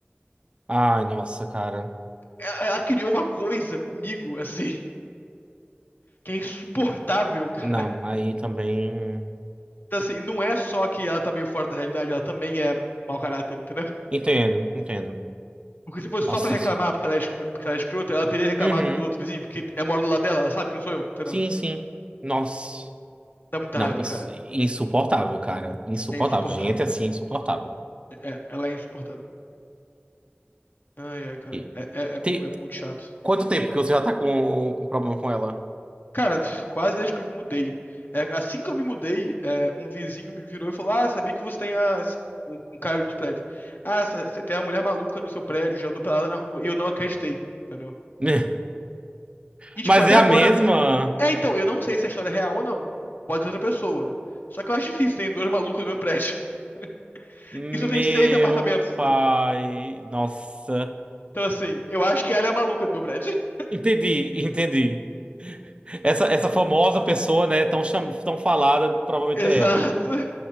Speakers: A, on the right; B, on the left.
A: Ai, nossa, cara.
B: Ela, ela criou uma coisa comigo, assim, que é insuportável, cara.
A: Não, aí também.
B: Então, assim, não é só que ela tá meio fora da realidade, ela também é mau caráter, entendeu?
A: Entendo, entendo.
B: Porque se fosse
A: Nossa,
B: só pra reclamar
A: isso.
B: porque ela é, escro- porque ela é escrota, ela teria reclamado
A: Uhum.
B: do outro vizinho, porque é mora do lado dela, ela sabe que não sou eu, entendeu?
A: Sim, sim. Nossa.
B: Dá muita
A: Não,
B: raiva,
A: isso,
B: cara.
A: insuportável, cara. Insuportável.
B: É insuportável.
A: Gente, assim, é insuportável.
B: É, ela é insuportável. Ai, ai, cara.
A: E-
B: É, é, é,
A: te-
B: é muito chato.
A: Quanto tempo que você já tá com, com problema com ela?
B: Cara, quase desde que eu me mudei. É, assim que eu me mudei, é, um vizinho me virou e falou: Ah, sabia que você tem a. Um um cara do prédio. Ah, você tem uma mulher maluca no seu prédio, já andou pelada na rua. E eu não acreditei, entendeu?
A: <laughs>
B: E, tipo,
A: Mas
B: até
A: é
B: agora,
A: a mesma?
B: É, então, eu não sei se a história é real ou não. Pode ser outra pessoa. Só que eu acho difícil, tem dois malucos no mesmo prédio. <laughs>
A: Meu
B: Isso tem seis apartamentos, entendeu?
A: pai. Nossa.
B: Então, assim, eu acho que ela é a maluca do meu prédio. <laughs>
A: Entendi, entendi. Essa, essa famosa pessoa, né, tão, cham... tão falada, provavelmente
B: Exato.
A: é ela.